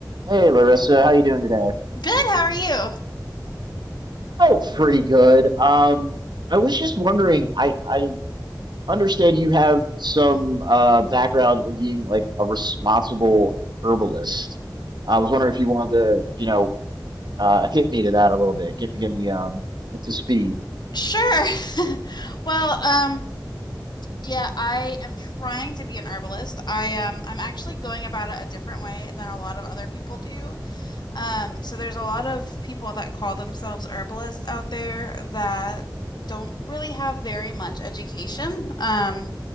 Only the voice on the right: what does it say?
Hey Larissa, how you doing today?
Oh, pretty good. Um, I was just wondering, I I understand you have some uh background in being like a responsible herbalist. I was wondering if you wanted to, you know, uh hit me to that a little bit. Get me get me um up to speed.